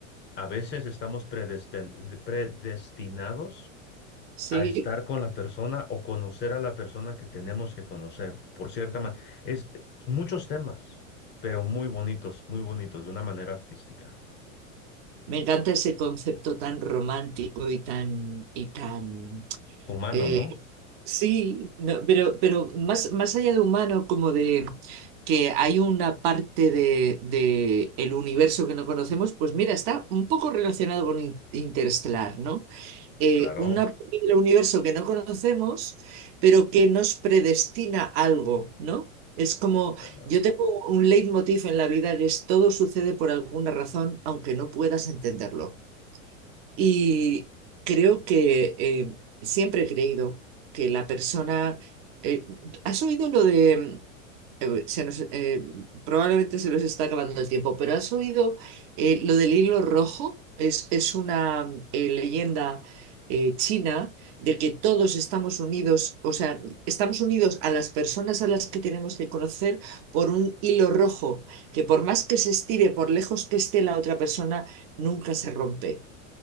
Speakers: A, on the left (about 25°); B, on the right (about 50°).
A: a veces estamos predesten- de- predestinados
B: Sí,
A: a estar con la persona o conocer a la persona que tenemos que conocer, por cierta manera. Es, es muchos temas, pero muy bonitos, muy bonitos, de una manera artística.
B: me encanta ese concepto tan romántico y tan, y tan,
A: Humano,
B: eh,
A: ¿no?
B: sí, no, pero, pero más, más allá de humano, como de que hay una parte de, de el universo que no conocemos, pues mira, está un poco relacionado con In- Interestelar, ¿no? eh,
A: Claro,
B: una posible universo que no conocemos, pero que nos predestina algo, ¿no? Es como,
A: claro.
B: yo tengo un leitmotiv en la vida que es todo sucede por alguna razón, aunque no puedas entenderlo. Y creo que eh, siempre he creído que la persona... eh, ¿has oído lo de eh, se nos, eh, probablemente se nos está acabando el tiempo, pero ¿has oído eh, lo del hilo rojo? Es, es una mm, eh, leyenda eh, china de que todos estamos unidos, o sea, estamos unidos a las personas a las que tenemos que conocer por un hilo rojo, que por más que se estire, por lejos que esté la otra persona, nunca se rompe.